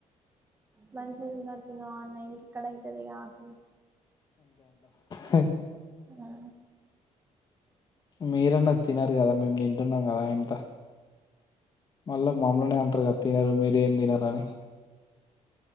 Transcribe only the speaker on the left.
హ
మీరన్న తినరు కదా మేము తింటున్నాం కదా ఇంత మళ్ళా మమ్ములనే
అంటారుగా తినరు మీరేం తినరని